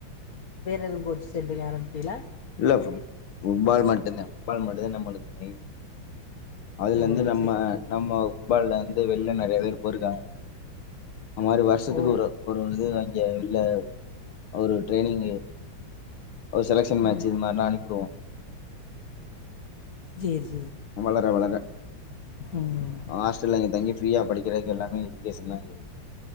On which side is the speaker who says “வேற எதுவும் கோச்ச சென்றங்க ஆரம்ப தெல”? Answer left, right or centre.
Left